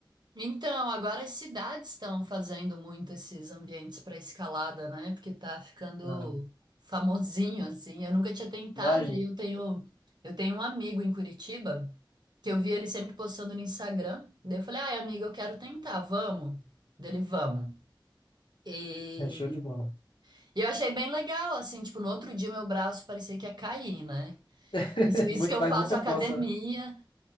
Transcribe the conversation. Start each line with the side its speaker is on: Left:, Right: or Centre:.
Right: Então, agora as cidades estão fazendo muito esses ambientes para escalada, né? Porque tá ficando
Left: Uhum.
Right: famosinho assim. Eu nunca tinha tentado
Left: Imagina,
Right: e eu tenho eu tenho um amigo em Curitiba que eu vi ele sempre postando no Instagram. Daí eu falei: "Ai, amigo, eu quero tentar, vamos?" Dele, vamos. E,
Left: é show de bola.
Right: e eu achei bem legal, assim, tipo, no outro dia meu braço parecia que ia cair, né?
Left: <laughs>
Right: Isso, isso
Left: Muito,
Right: que eu
Left: faz
Right: faço
Left: muita
Right: academia.
Left: força, né?